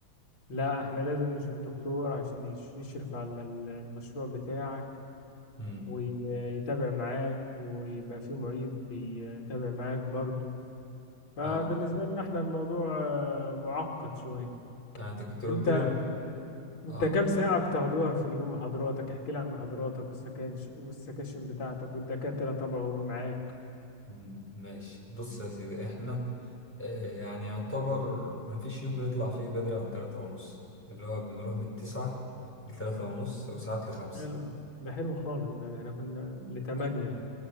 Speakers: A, on the left (about 80°); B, in the centre.
A: لا احنا لازم نشوف الدكتور عشان يش- يشرف على ال- المشروع بتاعك
B: امم
A: ويتابع معاك ويبقى فيه معيد بيتابع معاك برضو فبالنسبة
B: اه
A: لنا احنا الموضوع آه، معقد شوية
B: آه، انت كنت قلت
A: انت
B: لي انت
A: انت
B: اه
A: كام ساعة بتاخدوها في اليوم محاضراتك احكي لي عن محاضراتك والسكاش والسكاشن بتاعتك والدكاترة طبعا هم معاك
B: مم، ماشي بص يا سيدي احنا آه، يعني يعتبر مفيش يوم بنطلع فيه بدري عن تلاتة ونص اللي هو بنروح من تسعة لتلاتة ونص وساعات لخمسة
A: حلو ده حلو خالص ده احنا كنا لتمانية
B: <coughs>